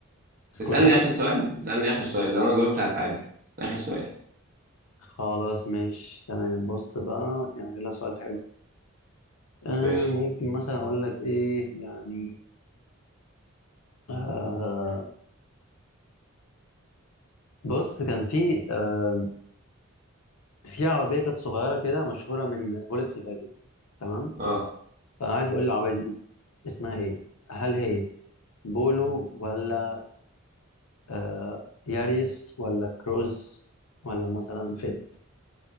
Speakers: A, on the left (about 85°); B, on the right (about 45°).
A: سكور
B: اسألني
A: ثابت
B: آخر سؤال اسألني آخر سؤال لو أنا جاوبت هتعادل آخر سؤال
A: خلاص ماشي تمام بص بقى يعني ده سؤال حلو آه
B: ماشي
A: ممكن مثلا اقول لك ايه يعني <clears throat> آه بص كان في آه في عربيه كانت صغيره كده مشهوره من فولكس فاجن تمام
B: اه
A: فانا عايز اقول العربيه دي اسمها ايه هل هي بولو ولا آه ياريس ولا كروز ولا مثلا فيت